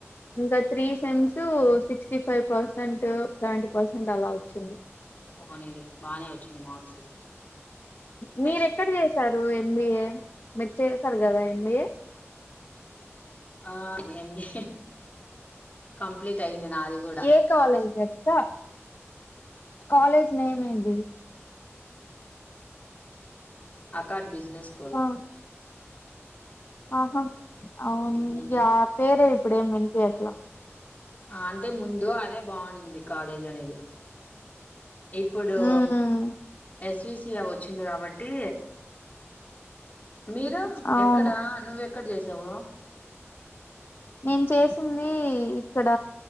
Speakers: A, on the left (about 50°); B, on the left (about 35°).
A: ఇకా three sems sixty five percent seventy percent అలా వచ్చింది
B: పోహనీలి బాగానే వచ్చింది మార్క్స్
A: మీర
B: నెక్స్ట్
A: ఎక్కడ చేసారు ఎంబిఏ మ చేస్తారు కదా ఎంబిఏ
B: ఆ అడి కంప్లీట్ అయింది నాది కూడా
A: ఏ కవాలేజ్ త కాలేజ్ నేమ్ ఏది
B: అకాడమి బిజినస్కల్
A: ఆ! ఆహా అవును
B: మ్మ్.
A: ఆ పేర అప్పుడే వినిపకలా
B: అంటే ముందు అదే బాగుంది కాలేజ్ అనేది ఇప్పుడు
A: హ్మ్.
B: ఎస్విసి అ వచ్చింది కాబట్టి మీరు
A: అవును.
B: ఎక్కడా నువ్వె క్కడ చేసావ
A: నేను చేసింది ఇక్కడ